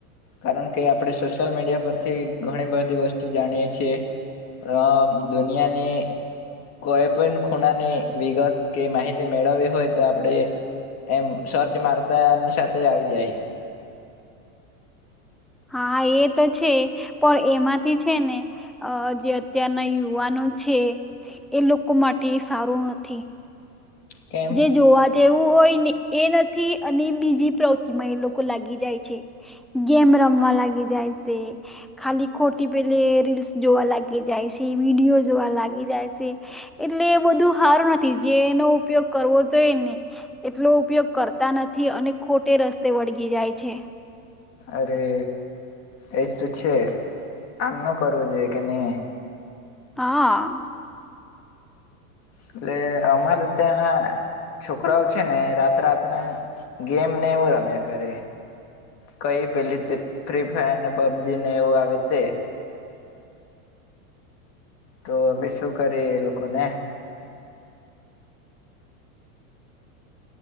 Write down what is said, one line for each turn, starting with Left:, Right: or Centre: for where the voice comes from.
Left: કારણ કે આપણે સોશિયલ મીડિયા પરથી ઘણી બધી વસ્તુ જાણીએ છીએ. અહ દુનિયાની કોઈ પણ ખૂણાની વિગત કે માહિતી મેળવવી હોય તો આપણે એમ સર્ચ મારતાની સાથે આવી જાય.
Centre: હા એ તો છે, પણ એમાંથી છે ને અહ જે અત્યારના યુવાનો છે એ લોકો માટે એ સારું નથી.
Left: કેમ
Centre: જે જોવા જેવું વું હોય ને એ નથી, અને બીજી પ્રવૃતિ માં એ લોકો લાગી જાય છે. ગેમ રમવા લાગી જાય છે, ખાલી ખોટી પેલી રીલ્સ જોવા લાગી જાય છે, વિડીયો જોવા લાગી જાય સે, એટલે એ બધું હારું નથી જે એનો ઉપયોગ કરવો જોઈએ ને એટલો ઉપયોગ કરતા નથી, અને ખોટે રસ્તે વળગી જાય છે.
Left: અરે એજ તો છે. આમ ન કરવું જોઈએ કે નહી
Centre: હા
Left: એટલે અમારે ત્યાં છોકરાઓ છે ને રાત રાત ના ગેમને એવું રમે્યા કરે કઈ પેલી ફ્રી ફાયર ને પબજી ને એવું આવે તે તો અવે શું કરીએ એ લોકોને